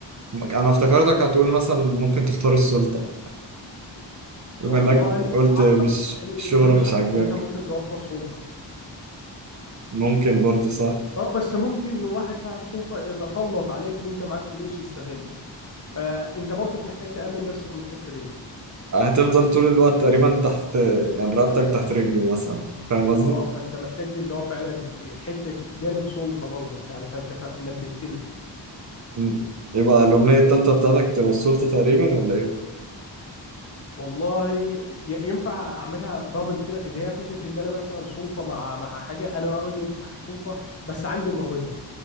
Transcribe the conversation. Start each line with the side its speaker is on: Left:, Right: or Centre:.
Right: أنا افتكرتك
Left: مم.
Right: هتقول مثلا ممكن تختار السلطة بما
Left: والله
Right: إنك قلت
Left: اعتقد
Right: مش
Left: الس- الفلوس
Right: الشهرة مش
Left: في حد
Right: عاجباك
Left: ذاتها ممكن توفر سلطه
Right: ممكن برضو صح
Left: اه بس ممكن واحد صاحب سلطه يتسلط عليك وانت معاك فلوس يستغلك فانت برضك محتاج تامن نفسك من الحته دي
Right: هتفضل طول الوقت تقريبا تحت يعني رقبتك تحت رجله مثلا فاهم قصدي؟
Left: اه فانت محتاج اللي هو فعلا حته جانب سلطه برضك يعني فانت ف- نبهتني
Right: مم. يبقى الأمنية التالتة بتاعتك تبقى السلطة تقريبا ولا إيه؟
Left: والله ي- ينفع اعملها دبل كده اللي هي فكره اللي انا مثلا سلطه مع مع حاجه انا راجل صاحب سلطه بس عندي موهبه